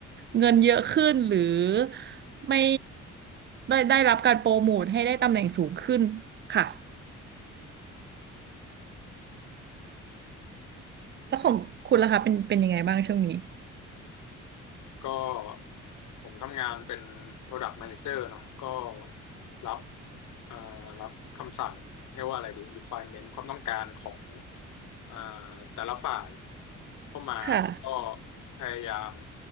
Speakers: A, on the right; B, on the left.
A: เงินเยอะขึ้นหรือไม่ได้ได้รับการโปรโมทให้ได้ตำแหน่งสูงขึ้นค่ะแล้วของคุณล่ะคะเป็นเป็นยังไงบ้างช่วงนี้
B: ก็ผมทำงานเป็น Product Manager เนาะก็รับอ่ารับคำสั่งเรียกว่าอะไรดี requirement ความต้องการของอ่าแต่ละฝ่ายเข้ามาแล้วก็
A: ค่ะ
B: พยายาม